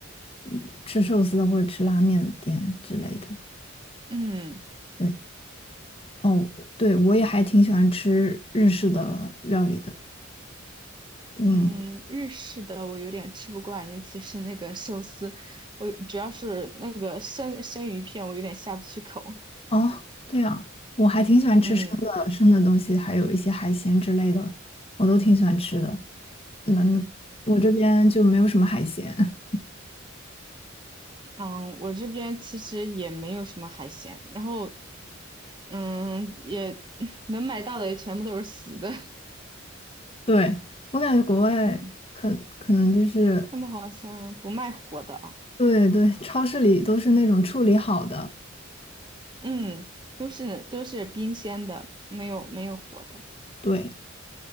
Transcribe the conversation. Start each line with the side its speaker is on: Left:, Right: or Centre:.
Left: 嗯吃寿司的或者吃拉面的店之类的。
Right: 嗯
Left: 对，哦，对，我也还挺喜欢吃日式的料理的。嗯，
Right: 嗯，日式的我有点吃不惯，尤其是那个寿司，我主要是那个生生鱼片，我有点下不去口。
Left: 哦，这样，我还挺喜欢吃生的生的东西，
Right: 嗯
Left: 还有一些海鲜之类的，我都挺喜欢吃的。嗯，我这边就没有什么海鲜。<laughs>
Right: 嗯，我这边其实也没有什么海鲜，然后嗯也 <laughs> 能买到的也全部都是死的。<laughs>
Left: 对，我感觉国外可可能就是。
Right: 嗯，他们好像不卖活的啊。
Left: 对对，超市里都是那种处理好的，
Right: 嗯，都是都是冰鲜的，没有没有活的。
Left: 对，